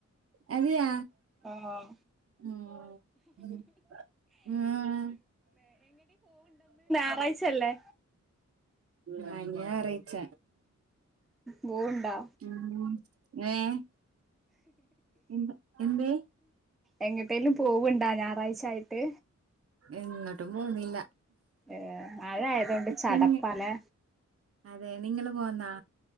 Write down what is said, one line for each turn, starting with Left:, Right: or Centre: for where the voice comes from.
Right: എൻതെയ
Centre: ആഹ്
Right: ഉം ഉം ഉം
Centre: ഞായറാഴ്ചയല്ലേ
Right: കൈഞ്ഞ ഞായറാഴ്ച
Centre: ബോണ്ടാ
Right: മ്മ് ഏഹ് എന്താ എന്തെ
Centre: എങ്ങട്ടേലും പോവണ്ടാ ഞായറാഴ്ച ആയിട്ട്
Right: എങ്ങോട്ടും പോന്നില്ല
Centre: ഏഹ്‌ മഴ ആയതോണ്ട് ചടപ്പല്ലേ
Right: നിങ്ങ അതെ നിങ്ങള് പോന്നാ